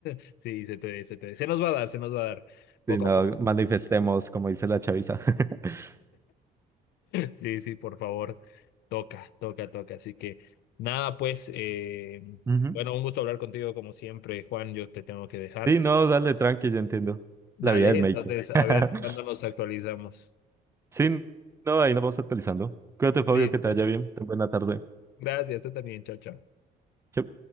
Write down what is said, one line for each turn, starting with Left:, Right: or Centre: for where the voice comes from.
Left: <laughs> sí, se te dé, se te dé. Se nos va a dar, se nos va a dar, poco
Right: Si no,
Left: a poco.
Right: manifestemos, como dice la chaviza. <laughs>
Left: Sí, sí, por favor, toca, toca, toca. Así que nada, pues, eh,
Right: Ujú.
Left: bueno, un gusto hablar contigo como siempre, Juan, yo te tengo que dejar.
Right: Sí, no, dale tranqui, yo entiendo.
Left: Dale,
Right: La vida del
Left: entonces,
Right: médico.
Left: a
Right: <laughs>
Left: ver, ¿cuándo nos actualizamos?
Right: Sí, no, ahí nos vamos actualizando. Cuídate, Fabio,
Left: Listo.
Right: que te vaya bien. Ten Buena tarde.
Left: Gracias, tú también, chao, chao.
Right: Chao.